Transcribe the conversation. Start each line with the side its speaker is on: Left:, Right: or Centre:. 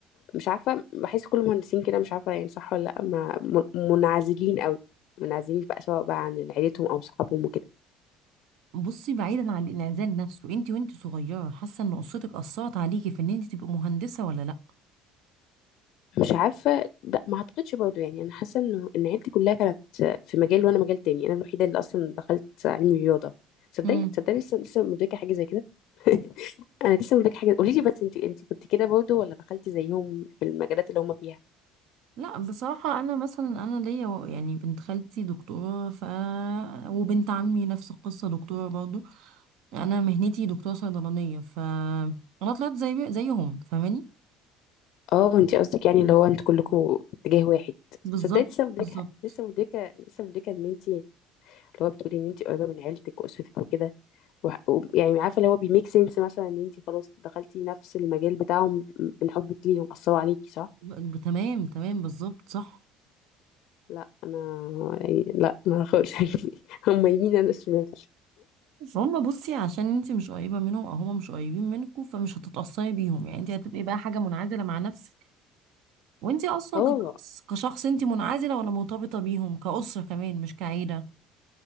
Left: مش عارفه بحس كل المهندسين كده مش عارفه يعني صح ولا لا ما م- منعزلين قوي منعزلين بقى سواء بقى عن عيلتهم او صحابهم وكده
Right: بصي بعيدا عن الانعزال نفسه انتي وانتي صغيرة حاسة ان قصتك اثرت عليكي في ان انتي تبقي مهندسة ولا
Left: مش عارفه لا ما اعتقدش برضه يعني انا حاسه انه ان عيلتي كلها كانت في مجال وانا مجال تاني انا الوحيده اللي اصلا دخلت علم رياضه تصدقي
Right: لا
Left: تصدقي لسه لسه مدركه حاجه زي كده <laughs> انا لسه مدركه حاجه قولي لي بس انت انت كنت كده برضه ولا دخلتي زيهم في المجالات اللي هم فيها
Right: لا بصراحة أنا مثلا أنا ليا و- يعني بنت خالتي دكتورة ف وبنت عمي نفس القصة دكتورة برضو أنا مهنتي دكتورة صيدلانية ف أنا طلعت زي زيهم فاهماني
Left: اه انت قصدك يعني اللي هو انت كلكم في اتجاه واحد
Right: بالظبط
Left: صدقني لسه مدركه
Right: بالظبط
Left: لسه مدركه لسه مدركه ان انت اللي هو بتقولي ان انت قريبه من عيلتك واسرتك وكده وح- و... يعني عارفه اللي هو بيميك سنس مثلا ان انت خلاص دخلتي نفس المجال بتاعهم من حبك ليهم اثروا عليكي صح
Right: ب- تمام تمام بالظبط صح
Left: لا انا يعني لا ما خالص <laughs> هم يمين انا شمال
Right: هما بصي عشان انتي مش قريبة منهم أو هما مش قريبين منكوا فمش هتتأثري بيهم يعني انتي هتبقي بقى حاجة منعزلة مع نفسك وانتي أصلا
Left: اه
Right: كشخص كشخص انتي منعزلة ولا مرتبطة بيهم كأسرة كمان مش كعيلة